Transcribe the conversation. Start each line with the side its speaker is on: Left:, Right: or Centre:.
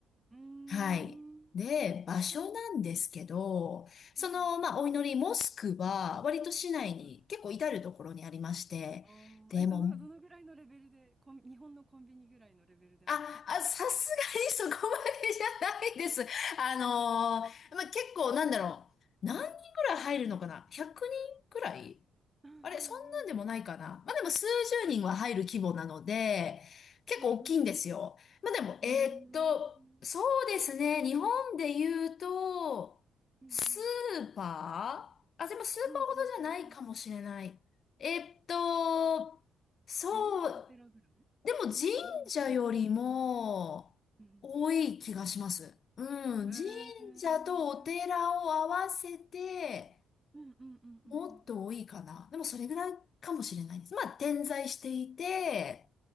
Right: うんうーん。
Left: はい。で、場所なんですけど、
Right: なんか、
Left: その、
Right: ええ、
Left: まあ、お祈り、モスクは、割と市内に結構至るところにありまして、
Right: はいはい。ああ、
Left: でも、
Right: え、どの、どのぐらいのレベルで、コン、日本のコンビニぐらいのレベルであるんですかね。
Left: あ、あ、さすがにそこまでじゃないです。あのーまあ、結構なんだろう。何人ぐらい入るのかな ?100 人くらい
Right: うんうんうん
Left: あれ、そんなんでもないかなまあ、でも数十人は入る規模なので、結構大きいんですよ。
Right: うんうん
Left: まあ、でも、
Right: うんうんうん
Left: えーっと、そうですね。日本で言うと、
Right: うん
Left: スーパーあ、でもスーパーほどじゃないかもしれない。
Right: うんうんうんうんうん
Left: えーっと、そう
Right: 日本のお寺ぐらい
Left: でも神
Right: 日本のお寺神社。
Left: 社よりも多い気がします。
Right: うん
Left: うん。
Right: うん。
Left: 神社とお寺を合わせて
Right: えー。うんうんうんうんうん
Left: もっと多いかな。
Right: うん
Left: でもそれぐらいかもしれないです。
Right: うん。
Left: まあ点在していて、
Right: うん